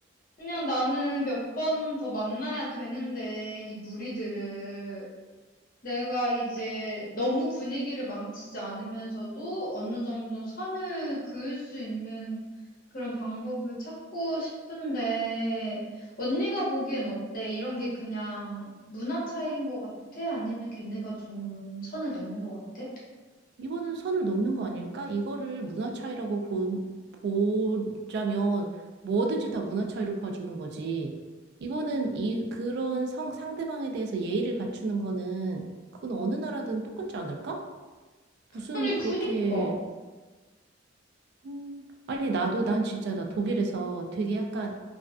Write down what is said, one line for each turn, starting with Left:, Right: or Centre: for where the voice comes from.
Left: 그냥 나는 몇 번 더 만나야 되는데, 이 무리들을. 내가 이제 너무 분위기를 망치지 않으면서도 어느 정도 선을 그을 수 있는 그런 방법을 찾고 싶은데, 언니가 보기엔 어때? 이런 게 그냥 문화 차이인 것 같아? 아니면 걔네가 좀 선을 넘은 것 같아?
Right: 이거는 선을 넘는 거 아닐까? 이거를 문화 차이라고 보, 보자면 뭐든지 다 문화 차이로 봐주는 거지. 이거는 이 그런 성, 상대방에 대해서 예의를 갖추는 거는 그건 어느 나라든 똑같지 않을까? 무슨
Left: 아니, 그니까.
Right: 그렇게 음, 아니 나도 난 진짜 나 독일에서 되게 약간